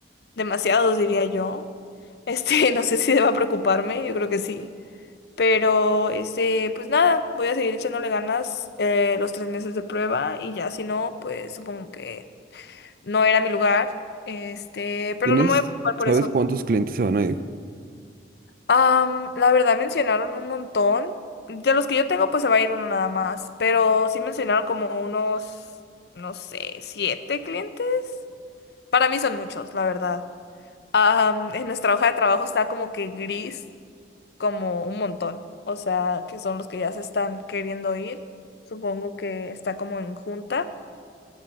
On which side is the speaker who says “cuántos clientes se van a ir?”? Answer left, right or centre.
Right